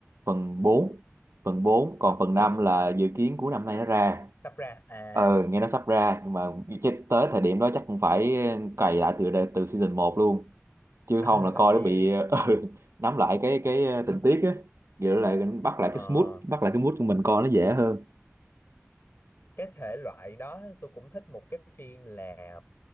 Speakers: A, on the right (about 65°); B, on the left (about 50°).
A: phần bốn phần bốn còn
B: À phần
A: phần
B: bốn
A: 5
B: phần
A: là
B: bốn
A: dự kiến của năm nay nó ra.
B: sắp ra à
A: Ờ, nghe nó sắp ra nhưng mà chứ tới thời điểm đó chắc cũng phải ờ, cày lại từ từ season một luôn. chứ
B: <laughs>
A: không là coi
B: để
A: nó bị <laughs> ừ, nắm lại cái cái ờ, tình tiết á vậy lại bắt lại
B: ờ,
A: cái mood bắt lại cái mood của mình coi nó dễ hơn
B: cái thể loại đó tôi cũng thích một cái phim là